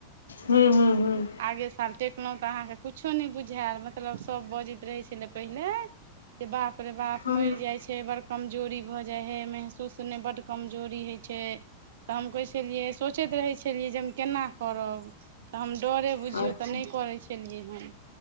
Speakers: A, on the left (about 70°); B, on the right (about 55°).
A: हूँ -हूँ- हूँ।
B: आगे साल टेकलहुँ तऽ अहाँके कुछो नै बुझायल मतलब सभ बजैत रहै छलै पहिले। गे बाप रे बाप
A: हूँ
B: मरि जाइ छै। हे बड़ कमजोरी भऽ जाइ हइ महसूस नहि बड्ड कमजोरी होइ छै। तऽ हम कहै छलियै सोचैत रहै छलियै जे हम केना करब। तऽ हम डरे बुझियौ
A: हँ अच्छा
B: तऽ नहि करै छी। केलियै हन